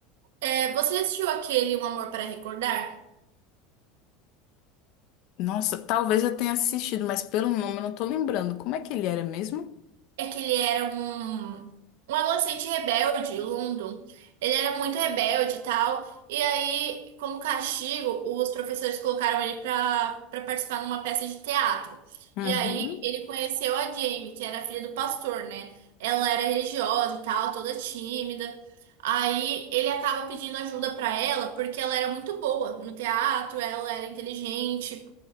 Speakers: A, on the right (about 80°); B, on the left (about 50°).
A: É, você já assistiu aquele Um Amor para Recordar?
B: Nossa, talvez eu tenha assistido, mas pelo nome eu não tô lembrando. Como é que ele era mesmo?
A: é que ele era um, um adolescente rebelde, o London. Ele era muito rebelde e tal. E aí, como castigo, os professores colocaram ele pra, pra participar numa peça de teatro.
B: Uhum.
A: E aí, ele conheceu a Jamie, que era a filha do pastor, né? Ela era religiosa e tal, toda tímida. Aí ele acaba pedindo ajuda pra ela porque ela era muito boa no teatro, ela era inteligente